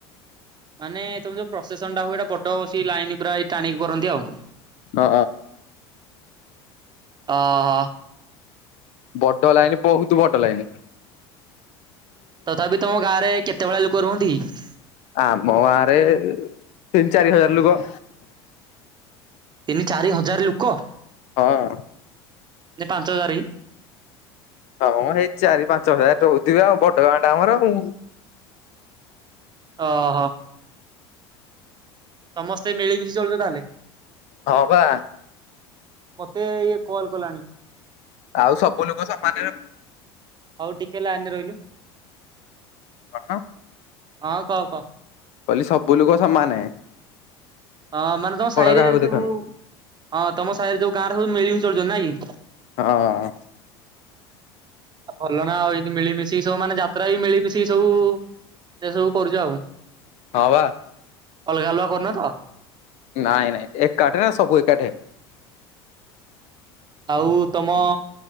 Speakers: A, on the right (about 30°); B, on the left (about 55°).
A: ମାନେ ତମେ ଯୋଉ ପ୍ରସେସନ ଟା ହୁଏ ଏଇଟା ବଡ ସେ ଲାଇନ ପୁରା ଟାଣିକି କରନ୍ତି ଆଉ।
B: ହ
A: ଅ ହ
B: ବଡ ଲାଇନ ବହୁତ ବଡ ଲାଇନ।
A: ତଥାପି ତମ ଗାଁରେ କେତେ ଭଳିଆ ଲୋକ ରୁହନ୍ତି କି?
B: ଆମ ଗାଁ ରେ ତିନି ଚାରି ହଜାର ଲୋକ।
A: ତିନି ଚାରି ହଜାର ଲୋକ?
B: ହଁ
A: ପାଞ୍ଚ ହଜାର
B: ହଁ ଏଇ ଚାରି ପାଞ୍ଚ ହଜାର ରହୁଥିବେ ଆଉ, ବଡ ଗାଁ ଟା ଆମର ଆଉ।
A: ଓହୋ। ସମସ୍ତେ ମିଳିମିଶି ଚଳୁଛ ତାହେଲେ।
B: ହଁ ବା।
A: ମତେ ଇଏ କଲ୍ କଲାଣି
B: ଆଉ ସବୁ ଲୋକ ସମାନେରେ
A: ହଉ ଟିକେ ଲାଇନ ରେ ରହିଲୁ
B: କଣ?
A: ହଁ, କହ କହ।
B: କହିଲି ସବୁ ଲୁକ ସମାନ।
A: ହଁ, ମାନେ ତମ ସାହିରେ
B: କାହାକୁ
A: ଯ ସବୁ,
B: ଦେଖ
A: ହଁ ତମ ସାହିରେ ଯୋଉ ଗାଁ ରେ ସବୁ ମିଳିମିଶି ଚଳୁଚ ନାଇଁ କି?
B: ହଁ।
A: ଆଉ ଭଲ ନା ଆଉ ଏତି ମିଳିମିଶି ସବୁ ମାନେ ଯାତ୍ରା ବି ମିଳିମିଶି ସବୁ ସେ ସବୁ କରୁଛ ଆଉ।
B: ହଁ ବା
A: ଅଲଗା ଅଲଗା କରୁନ ତ
B: ନାଇଁ ନାଇଁ ଏକାଠି ନା ସବୁ ଏକାଠି।
A: ଆଉ ତମ